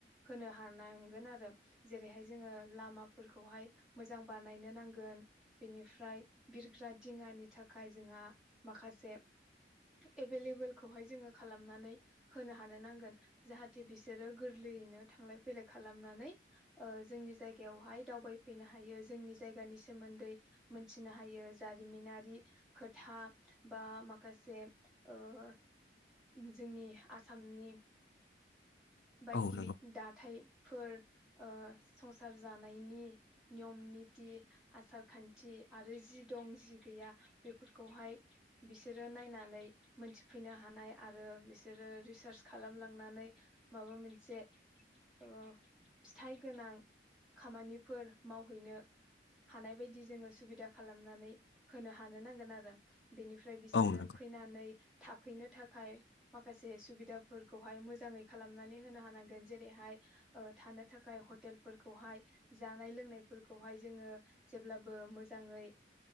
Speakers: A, in the centre; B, on the left.
A: होनो हानांगोन आरो जेरैहाय जोङो लामाफोरखौहाय मोजां बानायनो नांगोन बेनिफ्राय बिरग्रा दिङानि थाखाय जोंहा माखासे एभेलेबोलखौहाय जोङो खालामनानै होनो हानो नांगोन जाहाथे बिसोरो गोरलैयैनो थांलाय फैलाय खालामनानै अ जोंनि जायगायावहाय दावबायफैनो हायो जोंनि जायगानि सोमोन्दै मोनथिनो हायो जारिमिनारि खोथा बा माख गाहे ओ-ओ जोंनि आसामनि। बायदि
B: औ नंगौ
A: दाथाय फोर। ओ संसार जानायनि नियम-निति, आसार-खान्थि आरो जि दं जि गैया बेफोरखौहाय बिसोर। बिसोरो नायनानै मोनथिफैनो हानाय आरो बिसोरो रिसार्च खालामलांनानै माबा मोनसे ओ फिथाइ गोनां खामानिफोर मावहैनो हानाय बायदि जोङो सुबिदा खालामनानै होनो हानो नांगोन आरो बेनिफ्राय। बिसोरो
B: औ नंगौ
A: फैनानै थाफैनो थाखाय। थाखाय माखासे सुबिदाफोरखौहाय मोजाङै खालामनानै होनो हानांगोन जेरैहाय ओ थानो थाखाय हटेलफोरखौहाय जानाय लोंनायफोरखौहाय जोङो जेब्लाबो मोजाङै